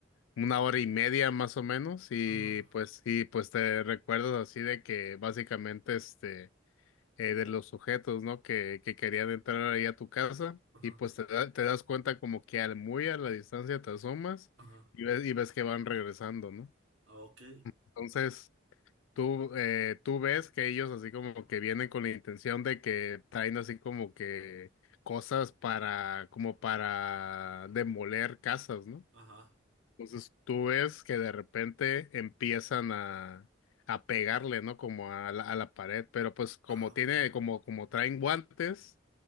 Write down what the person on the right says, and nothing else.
ajá,
ajá,
ajá,
Ah, ok,
ajá.
Ah, ok.